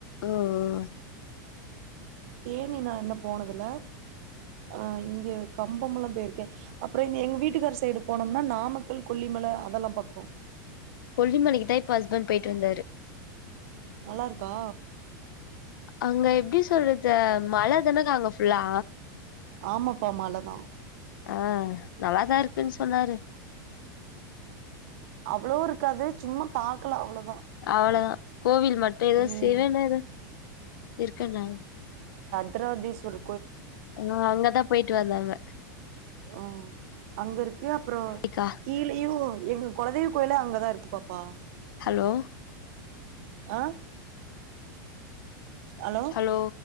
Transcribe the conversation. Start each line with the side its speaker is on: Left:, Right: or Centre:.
Left: அஹ்அஹ்
Right: தேனி நா இன்னு போனதில்ல ஆஹ் இங்கே கம்பமெல்லாம் போயிருக்கே அப்பறோ இந்த எங்க வீட்டுக்கார சைடு போனோம்னா நாமக்கல் கொல்லிமலை அதெல்லாம் பக்கோம்
Left: கொல்லிமலைக்குத் தான் இப்ப ஹஸ்பண்ட் போயிட்டுந்தாரு
Right: நல்லா இருக்கா
Left: அங்க எப்டி சொல்றது மல தானக்கா அங்க ஃபுல்லா
Right: ஆமாப்பா மல தான்
Left: ஆஹ் நல்லாத்தான் இருக்குன்னு சொன்னாரு
Right: அவ்வளவா இருக்காது சும்மா பாக் க்கலா அவ்வளோக்
Left: அவ்வளோ தான் கோவில் மட்டும் ஏதோ
Right: ம்
Left: சிவன் ஏதோ இருக்குன்னாங்க
Right: த்ராதீஸ்வர்
Left: ஆஹ் அங்கதான் போயிட்டு வந்தாங்க
Right: ம் அங்க இருக்கு அப்பறோ
Left: க்கா
Right: கீழயு எங்க கொலதெய்வக் கோயிலே அங்கதான் இருக்கு பாப்பா
Left: ஹலோ
Right: ஆஹ் அலோ
Left: ஹலோ